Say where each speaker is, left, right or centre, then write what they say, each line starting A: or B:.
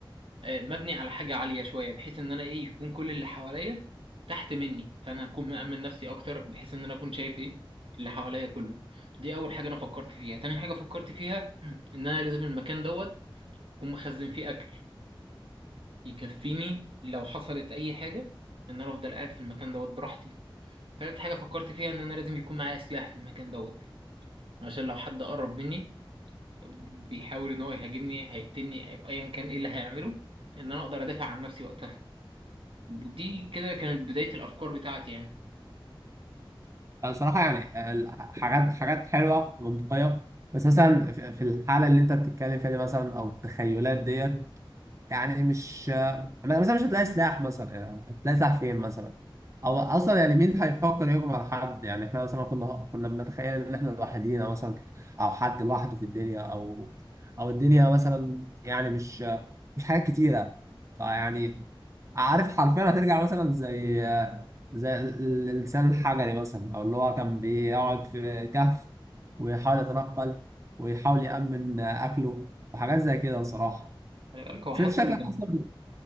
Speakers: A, on the right; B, on the right.
A: آه، مبني على حاجة عالية شوية بحيث إن أنا إيه يكون كل اللي حواليا تحت مني فأنا هكون مأمن نفسي أكتر بحيث إن أنا أكون شايف إيه اللي حواليا كله دي أول حاجة أنا فكرت فيها تاني حاجة فكرت فيها <clears throat> إن أنا لازم المكان دوت أقوم مخزن فيه أكل يكفيني لو حصلت أي حاجة إن أنا أفضل قاعد في المكان دوت براحتي تالت حاجة فكرت فيها إن أنا لازم يكون معايا سلاح في المكان دوت عشان لو حد قرب مني بيحاول إن هو يهاجمني هيقتلني أو أيا كان إيه اللي هيعمله إن أنا أقدر أدافع عن نفسي وقتها ودي كده كانت بداية الأفكار بتاعتي يعني
B: أنا صراحه يعني آه، حاجات حاجات حلوه ومنطقيه بس مثلا في في الحاله اللي انت بتتكلم فيها دي مثلا او التخيلات ديت يعني مش مثلا مش هتلاقي سلاح مثلا يعني هتلاقي سلاح فين مثلا او اصلا يعني مين هيفكر يهجم على حد يعني احنا مثلا كنا كنا بنتخيل ان احنا لوحدينا مثلا او حد لوحده في الدنيا او او الدنيا مثلا يعني مش مش حاجات كتيره فيعني عارف حرفيا هترجع مثلا زي زي ال- الانسان الحجري مثلا او اللي هو كان بيقعد في كهف ويحاول يتنقل ويحاول يأمن اكله وحاجات زي كده بصراحه
A: خلي بالك هو
B: بس
A: حتى
B: انت شكلك
A: اللي كان
B: اصلا